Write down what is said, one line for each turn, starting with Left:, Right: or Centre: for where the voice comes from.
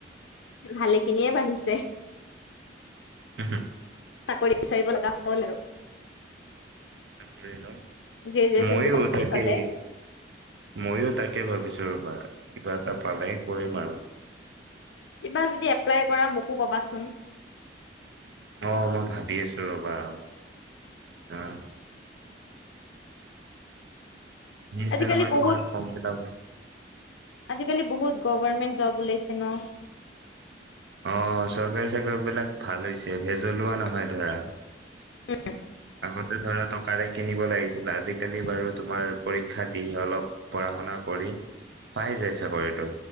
Left: ভালে খিনিয়ে বাঢ়িছে।
Right: হুম হুম।
Left: চাকৰি বিচাৰিব লগা হ'ল আৰু।
Right: চাকৰি ন।
Left: গ্ৰেজুৱেচনটো
Right: ময়ো
Left: কৰি
Right: তাকে
Left: থলে
Right: ময়ো তাকে ভাবিছোঁ। কিবা এটা পালে কৰিম আৰু।
Left: কিবা যদি এপ্লাই কৰা মোকো ক'বাচোন।
Right: অ মই ভাবি আছো ৰ'বা। অ আহি আছে
Left: আজিকালি
Right: নহয়
Left: বহুত
Right: তোমাৰ ফৰ্ম ফিল আপ
Left: আজিকালি বহুত গভাৰমেণ্ট জব ওলাইছে ন।
Right: অ চৰকাৰী চাকৰি বিলাক ভাল হৈছে ভেজলোৱা নহয় ধৰা।
Left: উম।
Right: আগতে ধৰা টকাৰে কিনিব লাগিছিল আজিকালি বাৰু তোমাৰ পৰীক্ষা দি অলপ পঢ়া শুনা কৰি পাই যায় চাকৰিটো।